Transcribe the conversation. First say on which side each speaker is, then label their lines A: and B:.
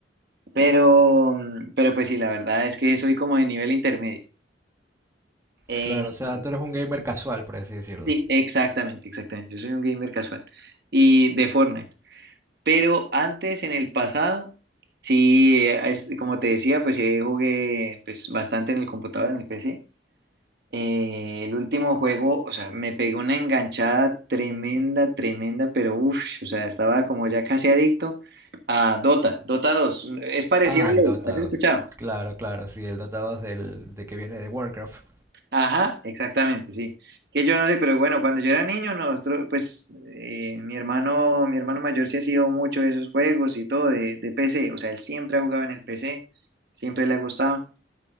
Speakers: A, on the right; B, on the right.
A: Pero, mm, pero pues sí, la verdad es que soy como de nivel intermedio. Eh,
B: Claro, o sea, tú eres un gamer casual, por así decirlo.
A: Sí, exactamente, exactamente. Yo soy un gamer casual y de Fortnite. Pero antes, en el pasado, sí, eh, es- como te decía, pues sí jugué pues, bastante en el computador, en el PC. Eh, el último juego, o sea, me pegó una enganchada tremenda, tremenda, pero uff, o sea, estaba como ya casi adicto a Dota, Dota dos. Es parecido
B: Ah,
A: a
B: el
A: LoL,
B: Dota
A: ¿has escuchado?
B: 2. Claro, claro, sí, el Dota 2 del, de que viene de Warcraft
A: Ajá, exactamente, sí. Que yo no sé, pero bueno, cuando yo era niño, nosotros, pues, eh, mi hermano, mi hermano mayor sí ha sido mucho de esos juegos y todo de, de PC. O sea, él siempre ha jugado en el PC, siempre le ha gustado.